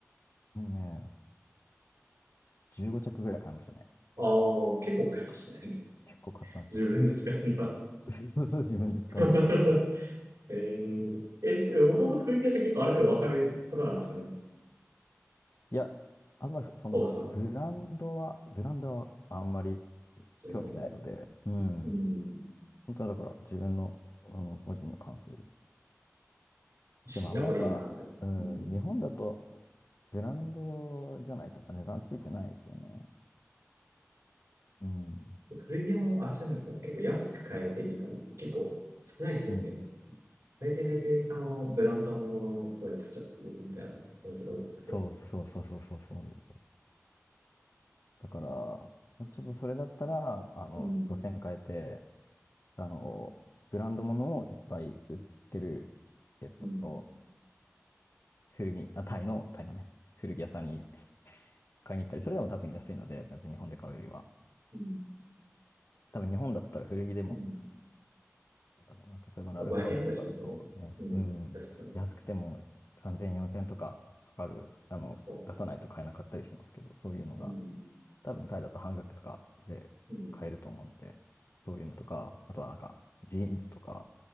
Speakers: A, on the left (about 60°); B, on the right (about 85°).
A: もうね、15着ぐらい買いましたね。
B: ああ、結構買いましたね。
A: 結構買ったんですよ。
B: <laughs> 自分で使うには。
A: <laughs> そうそう、自分で買わない。
B: <laughs> えー、え、それもともと古着屋じゃ結構ある程度わかる方なんですかね。
A: いや、あんまりそのブランドは、
B: 大田さんは。
A: ブランドはあんまり
B: 全然。
A: 興味ないので、うん。
B: うん。
A: 本当はだから自分の、あの個人の感性で。
B: しやっぱりいいな、
A: でもあんまやっぱ、
B: みたいな。
A: うん、
B: うん。
A: 日本だとブランドじゃないとやっぱ値段ついてないですよね。うん。
B: 古着屋もあれじゃないですか。結構安く買えてみたんですけど、結構少ないですよね。
A: うん。
B: 大体大体、あの、ブランドの、そういう、タッちみたいな、お店が多くて。
A: そうそうそうそうそうそうです。だから、ちょっとそれだったら、あの、
B: うん
A: 路線変えて、あの、ブランドものをいっぱい売ってる、えっと、
B: うん
A: 古着、あ、タイの、タイのね、古着屋さんに行っ買いに行ったり、それでも多分安いので、全然日本で買うよりは。
B: うん
A: 多分日本だったら古着でも、
B: うん
A: なんだろうな、例えばラルフローレンとかだとね、
B: まあ、500円ぐらいしますよね。うん。
A: うん、
B: 確かに。
A: 安くても3000、4000とかかかる、あの、
B: そうですね。
A: 出さないと買えなかったりしますけど、そういうのが、
B: うん。
A: 多分タイだと半額とかで買えると思うんで、
B: うん。
A: そういうのとか、あとはなんか、ジーンズとか、